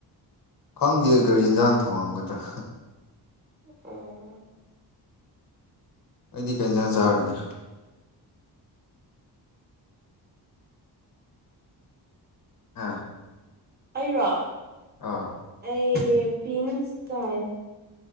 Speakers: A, on the left; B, on the right.
A: ꯈꯪꯗꯦ ꯀꯔꯤ ꯏꯟꯖꯥꯡ ꯊꯣꯡꯉꯝꯒꯗ꯭ꯔꯥ ꯍꯥ
B: ꯑꯣ
A: ꯅꯣꯏꯗꯤ ꯀꯩꯟꯖꯥꯡ ꯆꯥꯔꯅꯤ ꯍꯥꯥ
B: ꯑꯩꯔꯣ
A: ꯑꯥ
B: ꯑꯩꯗꯤ ꯄꯤꯟꯁ ꯆꯥꯥꯏꯌꯦ꯫